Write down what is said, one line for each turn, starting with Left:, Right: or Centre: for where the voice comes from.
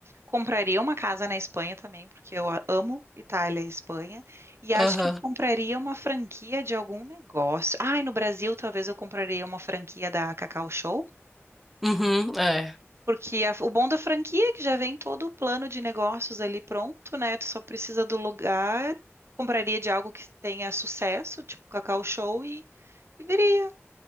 Right: Compraria uma casa na Espanha também, porque eu a- amo Itália e Espanha. E acho
Centre: Aham.
Right: que eu compraria uma franquia de algum negócio. Ai, no Brasil, talvez eu compraria uma franquia da Cacau Show.
Centre: Uhum, é.
Right: Porque a- o bom da franquia é que já vem todo o plano de negócios ali pronto, né? Tu só precisa do lugar. Compraria de algo que tenha sucesso, tipo Cacau Show, Viveria,